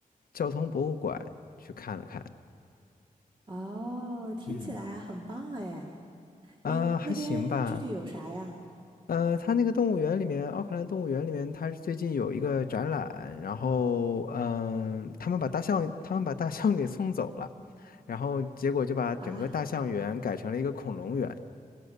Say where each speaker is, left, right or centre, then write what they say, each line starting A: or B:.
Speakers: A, on the left; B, on the right.
A: 交通博物馆去看了看，
B: 哦，听起来很棒哎。
A: 嗯，啊、
B: 诶，
A: 还行吧。
B: 那边具体有啥呀？
A: 呃，它那个动物园里面，奥克兰动物园里面，它是最近有一个展览，然后，嗯、他们把大象，他们把大象给送走了，然后结果就把整个大象园改成了一个恐龙园。
B: 啊，